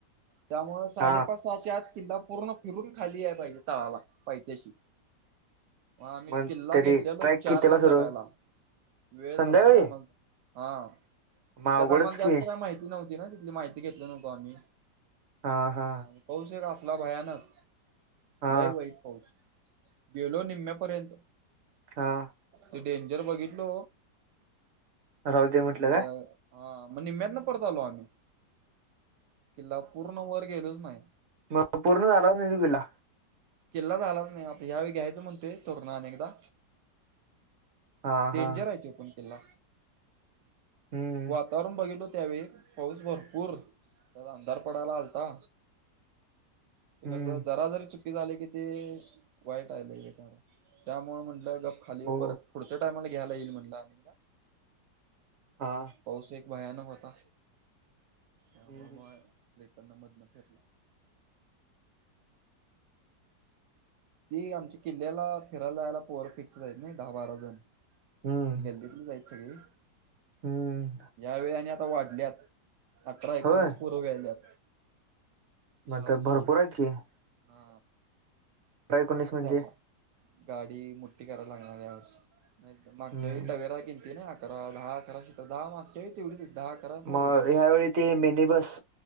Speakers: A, on the right; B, on the right.
A: त्यामुळं साडेपाच
B: हा
A: सहाच्या आत किल्ला पूर्ण फिरून खाली याय पाहिजे तळाला पायत्याशी. आम्ही
B: मग
A: किल्ला
B: तरी
A: घेतलेलो
B: ट्रॅक
A: चारला
B: कितीला सुरू
A: चढायला, वेळ झाला
B: संध्याकाळी
A: नाही आम्हाला. हा
B: मग अवघडच
A: त्यात आम्हाला
B: की
A: जास्त काय माहिती नव्हती ना तिथली, माहिती घेतली नव्हतो आम्ही.
B: हा हां.
A: आणि पाऊस एक असला भयानक
B: हा
A: लय वाईट. पाऊस गेलो निम्मे पर्यंत-
B: हां.
A: ते डेंजर बघितलो
B: राहू दे
A: म्हणल
B: म्हटलं काय
A: हा मग निम्म्यातन परत आलो आम्ही किल्ला पूर्ण वर गेलोच नाही.
B: म पूर्ण झालाच नाही तो किल्ला?
A: किल्ला झालाच नाही आता ह्यावेळी घ्यायचं म्हणतोय तोरणा अनेकदा.
B: हा
A: डेंजर
B: हा
A: आहे तो पण किल्ला
B: हम्म
A: वातावरण बघितलो त्यावेळी पाऊस भरपूर त्याला अंधार पडायला आलता. ते
B: हम्म
A: कस जरा जरी ची चुकी झाली कि ते वाईट हाय लय बेकार त्यामुळे म्हंटलं गप खाली
B: हो
A: परत पुढच्या टायमाला घ्यायला येईल म्हणला आणि एकदा.
B: हा.
A: पाऊस एक भयानक होता, त्यामुळे
B: हम्म
A: मग रिटर्न मधनं फिरल. ती आमच्या किल्ल्याला फिरायला जायला पोर फिक्सच आहेत नाही दहा बारा जण.
B: हम्म
A: हि गल्लीतली च हायत सगळी.
B: हम्म.
A: या वेळी आणि आता वाढल्यात अठरा एकोणीस
B: होय
A: पोरं व्हायल्यात.
B: मग
A: या वर्षी
B: तर भरपूर
A: हा.
B: आहेत की अठरा एकोणीस
A: बघायचं
B: म्हणजे
A: आता गाडी मोठी करायला लागणार या वर्षी. मागच्या
B: हम्म
A: टवेरा केलती ना अकरा दहा अकरा श दहा मागच्या वेळी तेवढीच दहा अकरा पोर
B: मग
A: होती.
B: ह्यावेळी ते मिनी बस